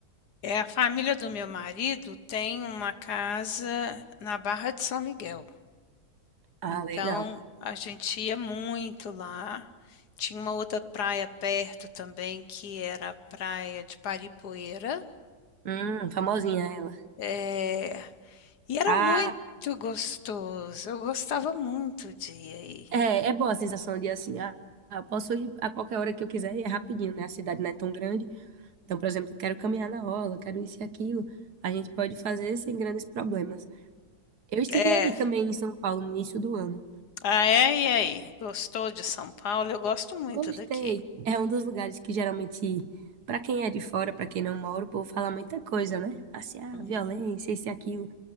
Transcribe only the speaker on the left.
É, a família do meu marido tem uma casa na Barra de São Miguel.
Então,
a gente ia muito lá. Tinha uma outra praia perto também, que era a praia de Paripoeira.
É, e era
muito gostoso. Eu gostava muito de ir aí.
É,
Ah, é? E aí? Gostou de São Paulo? Eu gosto muito
daqui.
Hum,